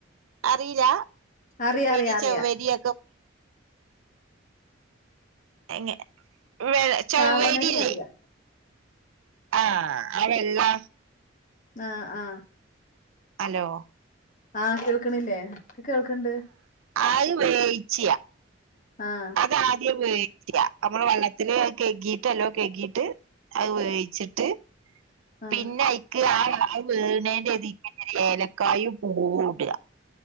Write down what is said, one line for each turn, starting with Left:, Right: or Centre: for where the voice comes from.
Right: <inaudible> അറീലാ
Left: അറിയാ
Right: വെരി
Left: അറിയാ അറിയാ
Right: ചവ്വരി യൊക്കെ എങ്ങനെ വെ ചൗവ്വെരി
Left: സാവോനരി
Right: ഇല്ലേ
Left: അറിയാ
Right: ആഹ് അതെല്ലാ
Left: ആഹ് ആഹ്.
Right: ഹലോ.
Left: ആഹ് കേൾക്കണില്ലേ ഇൻക് കേൾക്കണ്ട്.
Right: അയ് വേവിച്ച
Left: ആഹ്
Right: അത് ആദ്യം വേ <unintelligible> നമ്മൾ വെള്ളത്തില് അത്‌ കൈകീട്ട് നല്ലോം കൈകീട്ട് അത് വേയിച്ച്ട്ട്
Left: ആഹ്
Right: പിന്നെ അയിക്ക് ആ അത്‌ വേവ്ണീന്റെ ഇതേക്ക് ഏലക്കായും പൂവും ഇട്വ.